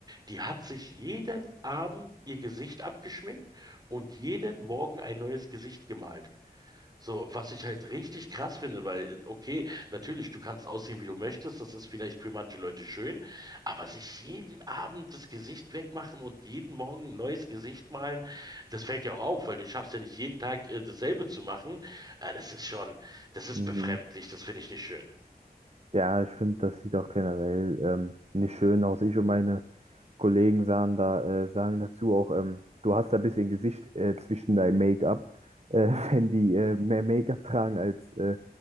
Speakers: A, on the right (about 25°); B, on the right (about 40°).
A: Die hat sich jeden Abend ihr Gesicht abgeschminkt und jeden Morgen ein neues Gesicht gemalt. So, was ich halt richtig krass finde, weil, äh, okay, natürlich, du kannst aussehen, wie du möchtest, das ist vielleicht für manche Leute schön, aber sich jeden Abend das Gesicht wegmachen und jeden Morgen ein neues Gesicht malen, das fällt ja auch auf, weil du schaffst ja nicht jeden Tag äh, dasselbe zu machen. Äh, das ist schon, das ist
B: Mhm.
A: befremdlich, das finde ich nicht schön.
B: Ja, ich finde, das sieht auch generell ähm, nicht schön aus. Ich und meine Kollegen sagen da, äh, sagen dazu auch, ähm, du hast da ein bisschen Gesicht äh, zwischen deinem Make-up, äh, <laughs> wenn die äh, mehr Make-up tragen, als äh,